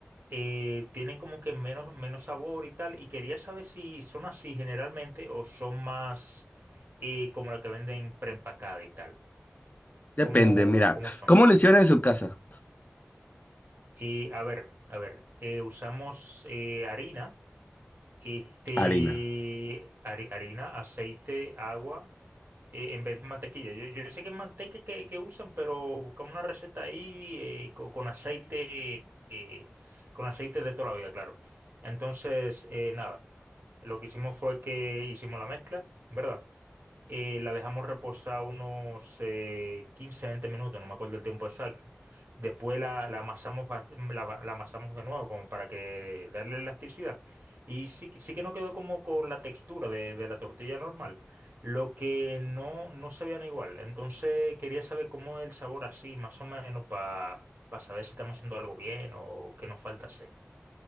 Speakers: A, on the right; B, on the left.
A: Eh, tienen como que menos, menos sabor y tal. Y quería saber si son así generalmente o son más eh, como la que venden preempacada y tal.
B: Depende,
A: ¿Cómo,
B: mira,
A: cómo son?
B: ¿cómo le hicieron en su casa?
A: Eh, a ver, a ver, eh, usamos eh, harina, este,
B: Harina.
A: hari- harina, aceite, agua, eh, en vez de mantequilla. Yo, yo sé que es manteca que, que usan, pero buscamos una receta ahí eh, co- con, aceite, eh, con aceite de toda la vida, claro. Entonces, eh, nada, lo que hicimos fue que hicimos la mezcla, ¿verdad? eh, la dejamos reposar unos eh, 15, 20 minutos, no me acuerdo el tiempo exacto. Después la, la amasamos, ba- la, la amasamos de nuevo como para que darle elasticidad. Y sí, que- sí que no quedó como con la textura de, de la tortilla normal, lo que no, no sabían igual. Entonces quería saber cómo es el sabor así, más o menos, para saber si estamos haciendo algo bien o qué nos falta hacer.